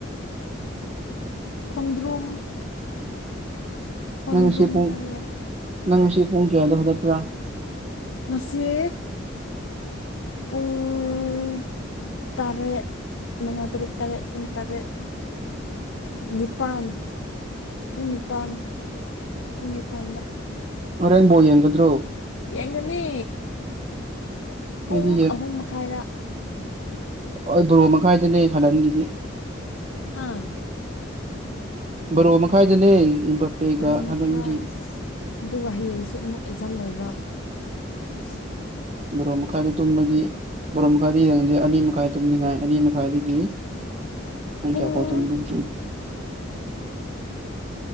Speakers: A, on the left; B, on the right.
A: ꯈꯣꯡꯗ꯭ꯔꯨꯝ ꯈꯣꯟꯗ꯭ꯔꯨꯝ
B: ꯅꯪ ꯁꯤ ꯄꯣꯡ
A: ꯍꯥꯏꯕ꯭ꯔꯥ
B: ꯅꯪ ꯉꯁꯤ ꯄꯣꯡ ꯀꯗ ꯍꯧꯗꯠꯇ꯭ꯔꯥ
A: ꯃꯁ ꯄꯨꯡꯟ ꯇꯔꯦꯠ ꯉꯥ ꯇꯔꯨꯛ ꯇꯔꯦꯠ ꯄꯨꯡ ꯇꯔꯦꯠ ꯅꯤꯄꯥꯜ ꯄꯨꯡ ꯅꯤꯄꯥꯟ ꯄꯨꯡ ꯅꯤꯄꯥꯟꯗ
B: ꯃꯔꯔꯦꯟꯕꯣꯗꯤ ꯌꯦꯗ꯭ꯔꯣ
A: ꯌꯦꯡꯒꯅꯤ ꯄꯨꯡ
B: ꯑꯩꯗꯤ
A: ꯑꯍꯨꯝ ꯃꯈꯥꯏꯗ
B: ꯍ ꯕꯣꯔꯣ ꯃꯈꯥꯏꯗꯅꯦ ꯍꯟꯅꯟꯒꯤꯗꯤ
A: ꯍꯥꯥ
B: ꯕꯔꯣ ꯃꯈꯥꯏꯗꯅꯦ ꯏꯝꯕꯥꯄꯦꯒ
A: ꯄꯣꯔꯣꯛ ꯃꯈꯥ
B: ꯍꯥꯂꯟꯒꯤ
A: ꯑꯗꯨꯒ ꯍꯌꯦꯡꯁꯨ ꯑꯃꯨꯛ ꯑꯦꯛꯖꯝ ꯂꯩꯕ ꯑ
B: ꯕꯣ ꯃꯈ ꯀꯥꯏꯗ ꯇ ꯃꯗꯤ ꯣꯔ ꯃꯈꯥꯏꯗꯤ ꯌꯦꯡꯗꯤ ꯑꯅꯤ ꯃꯈꯥꯏ ꯇꯨꯝꯅꯤꯡꯉꯥꯏ ꯑꯅꯤ ꯃꯈꯥꯏꯗꯤ ꯀꯤ ꯎꯨꯡ
A: ꯄꯨꯡ
B: ꯀꯌꯥ ꯀꯣ ꯇꯝ ꯂꯖꯨꯡ